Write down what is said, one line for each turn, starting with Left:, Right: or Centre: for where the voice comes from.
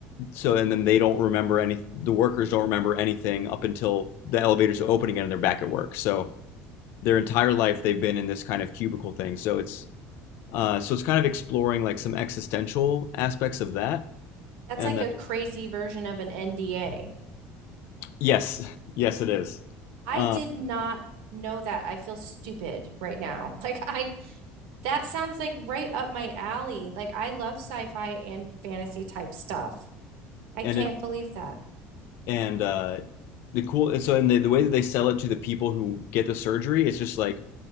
Left: so and then they don't remember any the workers don't remember anything up until the elevators open again and they're back at work so their entire life they've been in this kind of cubicle thing so it's uh, so it's kind of exploring like some existential aspects of that
Right: That's
Left: and
Right: like
Left: then
Right: a crazy version of an NDA.
Left: yes <laughs> yes it is
Right: I
Left: uh,
Right: did not know that. I feel stupid right now. <laughs> Like I that sounds like right up my alley. Like I love sci-fi and fantasy type stuff. I can't
Left: and it
Right: believe that.
Left: and uh, the cool and so and the, the way that they sell it to the people who get the surgery it's just like